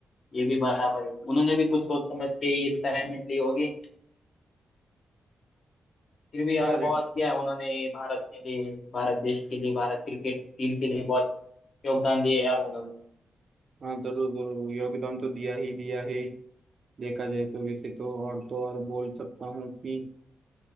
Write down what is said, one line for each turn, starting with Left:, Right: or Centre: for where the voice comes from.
Left: ये भी बराबर है उन्होंने भी कुछ सोच समझ के ये रिटायरमेंट ली होगी फिर भी यार
Right: हाँ
Left: बहुत
Right: रिट
Left: किया है उन्होंने भारत के लिए भारत देश के लिए भारत क्रिकेट टीम के लिए बहुत योगदान दिए यार उन्होंने
Right: हाँ जरूर जरूर योगदान तो दिया ही दिया है देखा जाए तो वैसे तो और तो और बोल सकता हूँ कि